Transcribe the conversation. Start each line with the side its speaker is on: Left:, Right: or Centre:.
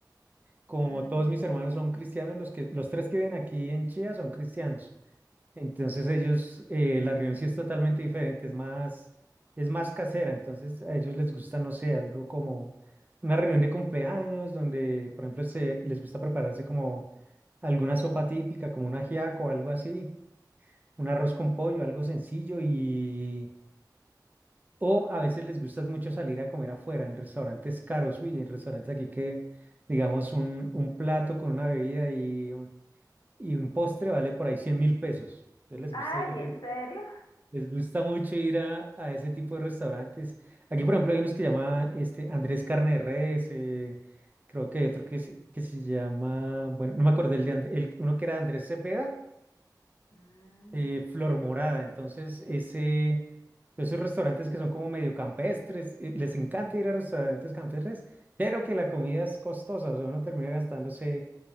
Right: como
Left: Mm.
Right: todos mis hermanos son cristianos, los que, los tres que viven aquí en Chía son cristianos. Entonces ellos, eh, la reunión sí es totalmente diferente, es más, es más casera. Entonces a ellos les gusta, no sé, algo como una reunión de cumpleaños donde, por ejemplo, se, les gusta prepararse como alguna sopa típica, como un ajiaco o algo así, un arroz con pollo, algo sencillo y o a veces les gusta mucho salir a comer afuera, en restaurantes caros. Uy, en restaurantes aquí que, digamos, un, un plato con una bebida y, un y un postre vale por ahí cien mil pesos. Entonces les
Left: Ay,
Right: gusta ir,
Left: ¿en serio?
Right: les gusta mucho ir a, a ese tipo de restaurantes. Aquí, por ejemplo, hay unos que llaman este, Andrés Carne de Res. eh, creo que hay otro que, se- que se llama, bueno, no me acordé el de And- el, uno que era Andrés Cepeda
Left: <laughs> mm,
Right: eh, Flor Morada. Entonces, ese, esos restaurantes que son como medio campestres, eh, les encanta ir a restaurantes campestres, pero que la comida es costosa, o sea, uno termina gastándose,